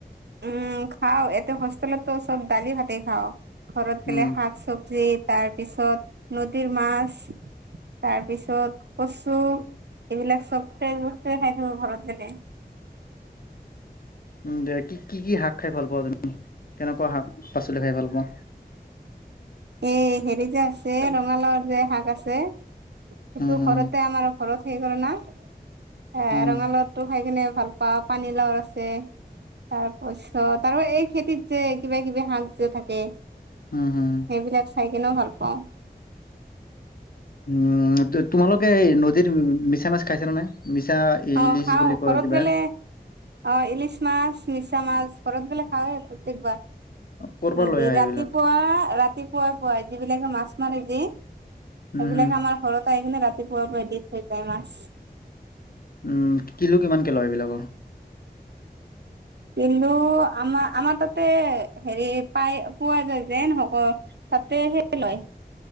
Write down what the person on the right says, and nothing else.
উম খাও এতে হোষ্টেলতো সব দালি ভাতে খাও, ঘৰত গেলে
শাক চবজি। তাৰ পিছত, নদীৰ মাছ। তাৰ পিছত, কচু এইবিলাক চব ফ্ৰেচ বস্তুৱে খাই ঘৰত গলে
এই হেৰি যে আছে ৰঙালাওৰ যে শাক আছে, সেইটো
ঘৰতে আমাৰ। ঘৰত সে কৰে, না এ
ৰঙালাওটো খাই কিনে। ভাল পা পানী লাৱৰ আছে। তাৰপছত এই খেতিত যে কিবা কিবি হাঁক যে থাকে।
সেইবিলাক খাই কিনেও ভাল পাওঁ।
অ
খাও
ঘৰত
গেলে। অ ইলিছ মাছ মিছা মাছ ঘৰত গ'লে খাৱেই। প্ৰত্যেকবাৰ
নদী
ৰাতিপুৱা
ৰাতি ৰাতিপুৱাই পুৱাই যিবিলাকে মাছ মাৰে যে। সেইবিলাক
আমাৰ ঘৰত আহি কিনে ৰাতিপুৱাৰ পুৱা এ দি থৈ যায় মাছ।
কিন্তু আমাৰ আমাৰ তাতে হেৰি পাই পোৱা যায় যেনহক। তাতে সেই লয়,